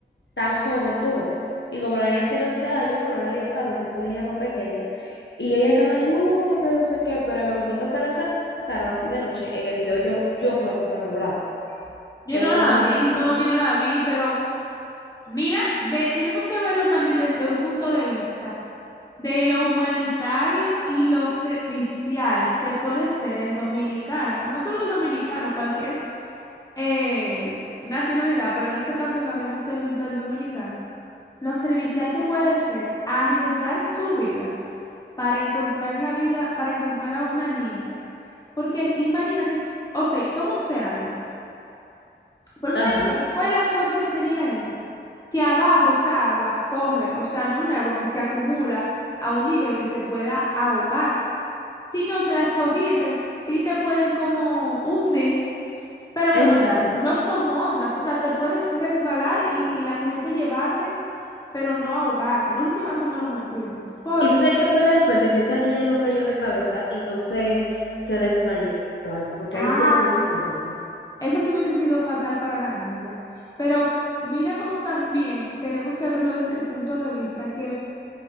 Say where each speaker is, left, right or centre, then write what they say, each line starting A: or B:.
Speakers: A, on the left (about 80°); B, on the left (about 20°).
A: tan joven, tú ves. Y como la niña tiene 11 años, bueno, nadie sabe si es una niña más pequeña. Y ella estaba, ayúdame, no sé qué, pero en el momento que la sacaron, así de noche, en el video yo, yo por lo menos no la vi.
B: Yo
A: Es
B: no la
A: como una
B: vi,
A: señora.
B: no, yo no la vi, pero mira, ve, tenemos que verlo también desde un punto de vista de lo humanitario y lo servicial que puede ser el dominicano, no solo el dominicano, cualquier eh, nacionalidad, pero en este caso hablaremos del, del dominicano, lo servicial que puede ser arriesgar su vida para encontrar la vida, para encontrar a una niña. Porque imagínate, o sea, son 11 años, pero tú
A: Ajá,
B: sabes qué- cuál es la suerte que tenía ella. Que abajo esa agua corre, o sea, no un agua que se acumula a un nivel que te pueda ahogar, sino que las corrientes sí te pueden como hundir, pero que
A: exacto.
B: no son, no son ondas, o sea, te puedes resbalar y, y la corriente llevarte pero no ahogarte. No sé si más o menos me entiendes, porque
A: Y tú sabes que fue la suerte que esa niña no cayó de cabeza y no se, se desmayó o algo, porque
B: ah,
A: ahí sí la hubiese sido grave.
B: eso sí hubiese sido fatal para la niña. Pero mira cómo también tenemos que verlo desde el punto de vista que